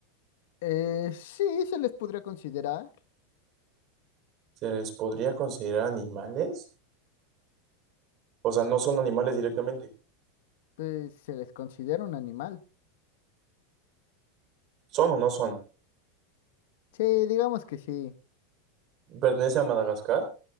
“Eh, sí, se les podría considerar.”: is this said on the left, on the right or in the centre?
Left